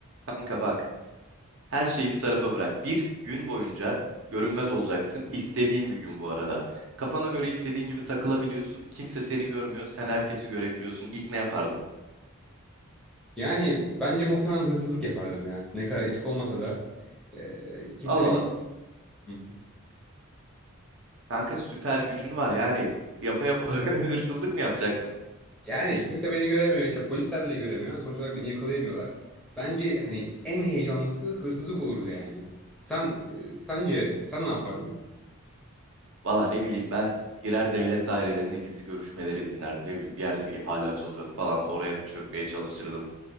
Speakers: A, on the right (about 60°); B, in the centre.
A: Kanka bak, her şeyi bir tarafa bırak. Bir gün boyunca görünmez olacaksın. İstediğin bir gün bu arada. Kafana göre istediğin gibi takılabiliyorsun. Kimse seni görmüyor. Sen herkesi görebiliyorsun. İlk ne yapardın?
B: Yani bence muhtemelen hırsızlık yapardım ya. Ne kadar etik olmasa da e, kimse
A: Al
B: beni
A: ala.
B: Hı hı.
A: Kanka süper gücün var yani. Yapa yapa <laughs> hırsızlık mı yapacaksın?
B: yani kimse beni göremiyor. İşte polisler bile göremiyor. Sonuç olarak beni yakalayamıyorlar. Bence hani en heyecanlısı hırsızlık olurdu yani. Sen e, sence sen ne yapardın?
A: Valla ne bileyim ben girer devlet dairelerine gizli görüşmeleri dinlerdim. Ne bileyim bir yerde bir ihale açılacak falan oraya bir çökmeye çalışırdım.